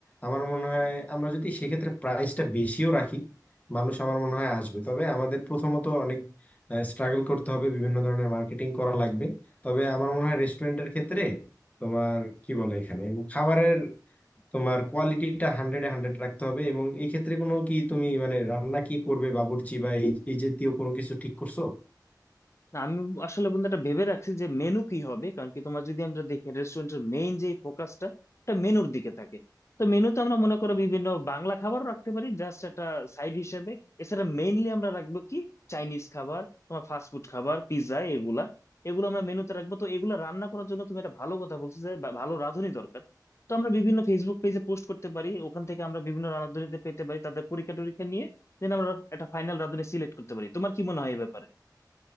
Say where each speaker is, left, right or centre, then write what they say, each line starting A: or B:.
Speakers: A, on the left (about 20°); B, on the left (about 40°).
A: আমার মনে হয় আমরা যদি সেক্ষেত্রে প্রাইসটা বেশিও রাখি মানুষ আমার মনে হয় আসবে তবে আমাদের প্রথমত অনেক স্ট্রাগল করতে হবে বিভিন্ন ধরনের মার্কেটিং করা লাগবে তবে আমার মনে হয় রেস্টুরেন্টের ক্ষেত্রে তোমার কি বলে এখানে খাবারের তোমার কোয়ালিটিটা হান্ড্রেডে হান্ড্রেড রাখতে হবে এবং এই ক্ষেত্রে কোনো কি তুমি মানে রান্না কি করবে বাবুর্চি বা এই এই জাতীয় কোনো কিছু ঠিক করছো
B: না আমি আসলে বন্ধু এটা ভেবে রাখছি যে মেনু কি হবে কারণ কি তোমার যদি আমরা দেখি রেস্টুরেন্টের মেইন যে ফোকাসটা এটা মেনুর দিকে থাকে তো মেনুতে আমরা মনে করো বিভিন্ন বাংলা খাবারও রাখতে পারি জাস্ট একটা সাইড হিসেবে এছাড়া মেইনলি আমরা রাখবো কি চাইনিজ খাবার তোমার ফাস্ট ফুড খাবার পিৎজা এগুলা এগুলো আমরা মেনুতে রাখবো তো এগুলো রান্না করার জন্য তুমি একটা ভালো কথা বলছো যে বা- ভালো রাঁধুনি দরকার তো আমরা বিভিন্ন ফেসবুক পেজে পোস্ট করতে পারি ওখান থেকে আমরা বিভিন্ন রাঁধুনিতে পেতে পারি তাদের পরীক্ষা টরীক্ষা নিয়ে দেন আমরা একটা ফাইনাল রাঁধুনি সিলেক্ট করতে পারি তোমার কি মনে হয় এই ব্যাপারে